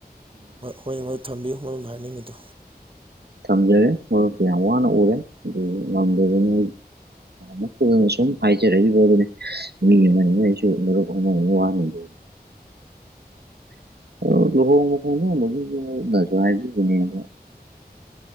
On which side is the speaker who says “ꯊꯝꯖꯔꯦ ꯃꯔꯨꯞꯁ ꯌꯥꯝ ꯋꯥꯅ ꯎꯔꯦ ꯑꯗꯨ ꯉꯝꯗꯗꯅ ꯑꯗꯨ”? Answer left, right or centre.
Right